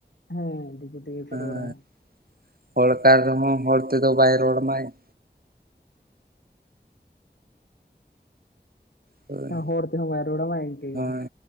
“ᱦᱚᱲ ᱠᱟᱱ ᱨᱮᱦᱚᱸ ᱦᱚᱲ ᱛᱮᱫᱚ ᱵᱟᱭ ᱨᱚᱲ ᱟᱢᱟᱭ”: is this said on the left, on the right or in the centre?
Right